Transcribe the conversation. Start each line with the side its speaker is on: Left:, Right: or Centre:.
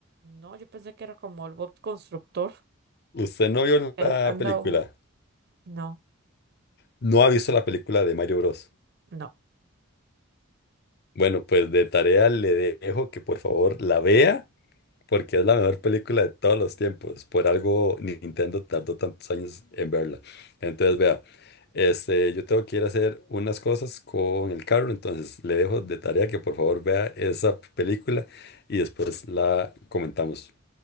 Right: No, yo pensé que era como el Bob Constructor.
Left: Usted no vio
Right: Eh,
Left: la
Right: anda
Left: película.
Right: un... No,
Left: No ha visto la película de Mario Bros.
Right: no.
Left: Bueno, pues de tarea le dejo que por favor la vea porque es la mejor película de todos los tiempos. Por algo Nintendo tardó tantos años en verla. Entonces, vea, este, yo tengo que ir a hacer unas cosas con el carro, entonces le dejo de tarea que por favor vea esa película y después la comentamos.